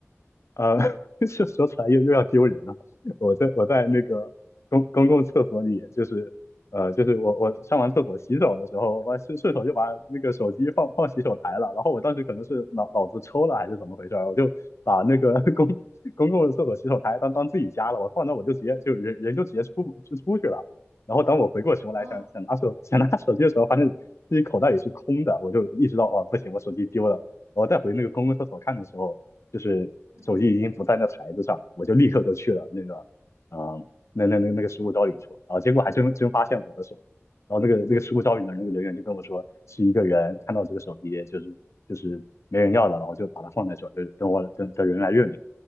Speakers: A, on the left; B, on the right.
A: 呃，<laughs> 就说出来又又要丢人了。我在我在那个公公共厕所里，
B: 嗯，
A: 就是呃，就是我我上完厕所洗手的时候，我顺顺手就把那个手机放放洗手台了。然后我当时可能是脑脑子抽了还是怎么回事儿，我就把那个 <laughs> 公公共的厕所洗手台当当自己家了。我放那我就直接就人人就直接出就出去了。然后等我回过神过来想想拿手想拿手机的时候，
B: 哦。
A: 发现自己口袋里是空的，我就意识到哦不行，我手机丢了。我再回那个公共厕所看的时候。就是手机已经不在那台子上了我就立刻就去了那个，
B: 嗯
A: 嗯、那那那那个失物招领处，然后结果还真真发现我的手机，然后那个那个失物招领的那个人员就跟我说，是一个人看到这个手机就是就是没人要了，然后就把它放在这儿，就等我等等人来认领。